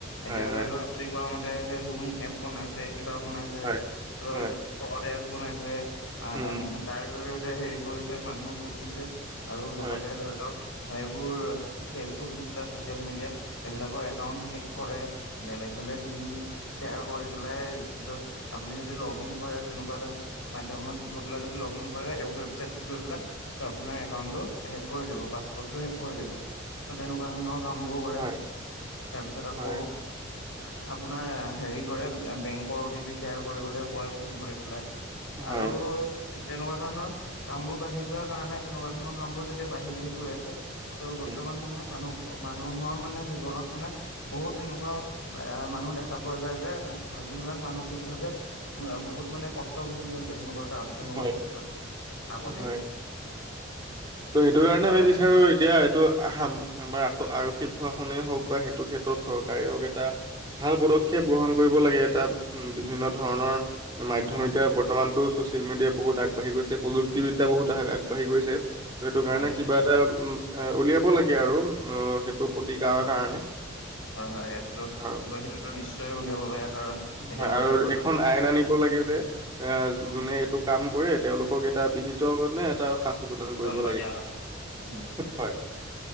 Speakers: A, on the left; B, on the right.
A: এতিয়া
B: হয় হয়
A: ধৰি লওক আপুনি কৰাৱা ম'তে সেই লোন এপ বনাইছে কিবা বনাইছে,
B: হয়
A: ত'
B: হয়
A: ফ্ৰদ এপ বনাইছে। আহ,
B: উম উম,
A: তাৰ জৰীয়তে হেৰি কৰিছে মানুহক লুটিছে, আৰু লগতে
B: হয়
A: ধৰি লওক এইবোৰ, ফেচবুক, ইনষ্ট্ৰা চচিলয়েমিডিয়াত এইবিলাকৰ একাউণ্ট হেক কৰে, বেলেগ বেলেগ লিংক শ্বেয়াৰ কৰি পেলাই য'ত আপুনি যদি লগ ইন কৰে তেনেকুৱা এটা মাধ্যমত গৈ পেলাই, যদি লগ ইন কৰে ৱেবচাইটটোত গৈ পেলাই। ত' আপোনাৰ একাউন্টটো হেক কৰি দিব পাছপোৰ্টটো হেক কৰি দিব, ত' তেনেকুৱা ধৰণৰ কামবোৰ কৰে।
B: হয়
A: তাৰপিছত আকৌ,
B: হয়
A: আপোনাৰ হেৰি কৰে বেংকৰ অ টি পি শ্বেয়াৰ কৰিবলৈ কয়, ফোন কৰি পেলাই,
B: হয়
A: আৰু তেনেকুৱা ধৰণৰ কাম বোৰ বাঢ়ি যোৱাৰ কাৰণে, তেনেকুৱা ধৰণৰ কাম বোৰ যেতিয়া বাঢ়ি বাঢ়ি গৈ আছে। ত' বৰ্তমান
B: উম
A: সময়ত মানুহ মানুহৰ মানে জীৱনত মানে বহুত তেনেকুৱা মানুহ দেখা পোৱা যায় যে, যোনবিলাক মানুহ বিশেষ ভাৱে, বহুত মানে কষ্ট ভুগি থৈছে তেনেকুৱা তেনেকুৱা
B: হয়
A: ক্ষেত্ৰত, আগতেই,
B: হয় সেইটো কাৰণে
A: ত' তাৰ
B: আমি বিচাৰো এতিয়া এইটো আমাৰ আৰক্ষী প্ৰশাসনেই হ'ওক বা সেইটো ক্ষেত্ৰত চৰকাৰেই হ'ওক এটা ভাল পদক্ষেপ গ্ৰহণ কৰিব লাগে এটা উ, বিভিন্ন ধৰণৰ, মাধ্যম
A: উম
B: এতিয়া বৰ্তমানতো ছচিয়েল মিডিয়া বহুত আগবাঢ়ি গৈছে, প্ৰযুক্তিবিদ্যা বহুত আগবাঢ়ি গৈছে, ত' সেইটো কাৰণে
A: হয়
B: কিবা এটা এ উলিয়াব লাগে আৰু উ, সেইটো প্ৰতিকাৰ কাৰণে।
A: হয় হয় সেইটোতো
B: আৰু
A: বা সেইটোতো নিশ্চয় উলিয়াব লাগে কাৰণ এতিয়া
B: হয়,
A: বৰ্তমান
B: আৰু এখন
A: আপোনাৰ
B: আইন আনিব লাগে যে এ
A: উম
B: যোনে এইটো কাম কৰে তেওঁলোকক এটা বিহিত নে এটা শাস্তি প্ৰদান কৰিব
A: দণ্ড
B: লাগে,
A: দিয়া হয় উম
B: হয়।